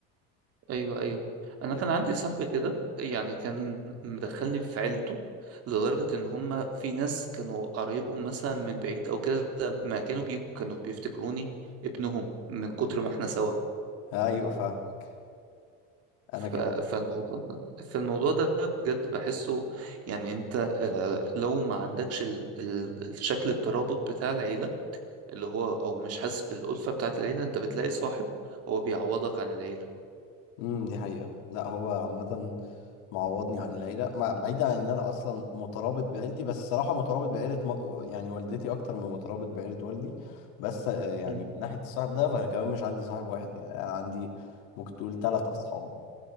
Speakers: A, on the right; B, on the left.
A: ايوه ايوه انا
B: إيه،
A: كان عندي صاحبي كده يعني كان مدخلني في عيلته لدرجة ان هم في ناس كانوا قرايبهم مثلا من بعيد او كده ما كانوا بيجوا كانوا بيفتكروني ابنهم من كتر ما احنا سوا
B: ايوه فاهمك انا
A: ف-
B: كده
A: فالموضوع ده فالموضوع ده بجد بحسه يعني انت آه، لو ما عندكش ال- ال- الشكل الترابط بتاع العيلة اللي هو او مش حاسس بالألفة بتاعت العيلة انت بتلاقي صاحب هو بيعوضك عن العيلة
B: امم دي حقيقة لا هو عامة معوضني عن العيلة مع- بعيدا عن ان انا اصلا مترابط بعيلتي بس الصراحة مترابط بعيلة م... يعني والدتي اكتر من مترابط بعيلة والدي بس آه، يعني
A: مم.
B: من ناحية الصاحب ده فانا كمان مش عندي صاحب واحد يعني انا عندي ممكن تقول ثلاث اصحاب